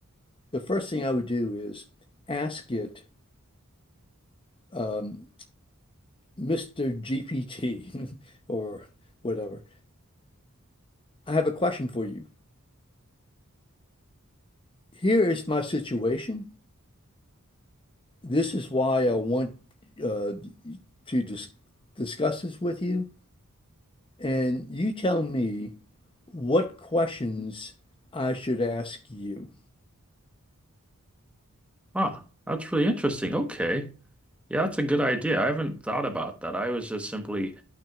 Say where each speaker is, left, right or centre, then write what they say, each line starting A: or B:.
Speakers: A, on the left; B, in the centre.
A: the first thing I would do is ask it, um, Mr. GPT <laughs> or whatever. I have a question for you. Here is my situation. This is why I want uh, to dis discuss this with you. And you tell me what questions I should ask you.
B: Huh, that's really interesting. Okay. Yeah, that's a good idea. I haven't thought about that. I was just simply